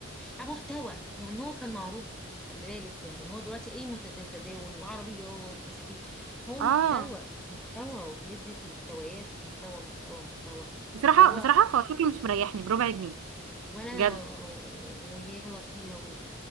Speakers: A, in the centre; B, on the right (about 80°).
A: آه، محتوى يعني هو كان معروف خلي بالك يعني هو دلوقتي ايه مت- تتداول وعربيات مش عارف ايه هو
B: اه
A: محتوى محتوى وبيدي في محتويات محتوى محتوى محتوى
B: بصراحه
A: فهو
B: بصراحه هو شكله مش مريحني بربع جنيه
A: ولا انا
B: بجد
A: و- ويغلطيها وال-